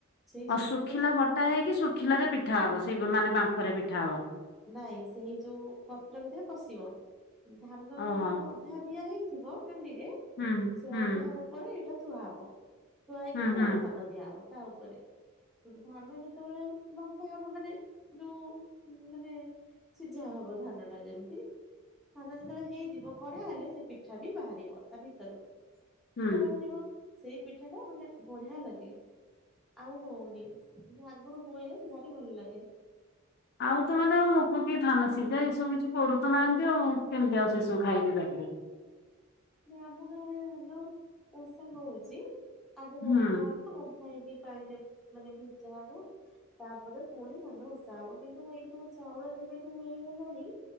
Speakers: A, in the centre; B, on the left.
A: ସେଇ
B: ଆଉ
A: ଶୁଖିଲା ଶୁଖିଲା
B: ବଟା ହେଇକି ଶୁଖିଲାରେ ପିଠା ହବ ସେଇ ମାନେ ବାମ୍ଫରେ ପିଠା ହବ।
A: ନାଇଁ ସେଇ ଯୋଉ ପତ୍ର ଭିତରେ ପଶିବ ଧାନ
B: ଓହୋ
A: ଯେତେବେଳେ ଅଧା ଦିଆ ହେଇ ଥିବ ହାଣ୍ଡିରେ
B: ହୁଁ
A: ସେ
B: ହୁଁ
A: ଅଧା ଉପରେ ଏଇଟା ଥୁଆ ହବ ଥୁଆ ହେଇକି
B: ହୁଁ
A: ପୁଣି
B: ହୁଁ
A: ଧାନ ଦିଆହବ ତା ଉପରେ ସଟୁ ଧାନ ଯେତେବେଳେ ବମ୍ଫେଇ ହବ ମାନେ ଯୋଉ ମାନେ ସିଝା ହବ ଧାନ ଟା ଯେମିତି ଧାନ ଯେତେବେଳେ ହେଇଯିବ କଢା ହେଲେ ସେ ପିଠା ବି ବାହାରିବ ତା ଭିତରୁ
B: ହୁଁ
A: ପିଠା ବାହାରିବ। ସେଇ ପିଠା ଟା ମାନେ ବଢିଆ ଲାଗେ। ଆଉ ହଉନି କିନ୍ତୁ ଆଗରୁ ହୁଏ ଭାରି ଭଲ ଲାଗେ।
B: ଆଉ ତ ମାନେ ଆ ଲୋକ କି ଧାନ ସିଝା ଏଇସବୁ କିଛି କରୁ ତ ନାହାନ୍ତି ଆଉ କେମିତି ଆଉ ସେସବୁ ଖାଇ ବିି ପାରିବେ?
A: ନା ଆମ ଗାଁରେ ଧାନ ଉଷା ହଉଚି ଆଗେ ବମ୍ଫା
B: ହୁଁ
A: ବମ୍ଫା ହେଇକି ପାଣିରେ ମାନେ ଭିଜା ହବ ତାପରେ ପୁଣି ଧାନ ଉଷା ହବ କିନ୍ତୁ ଏଇ ଯୋଉ ଚାଉଳ ଯେବେଠୁ ମିଳିଗଲାଣିି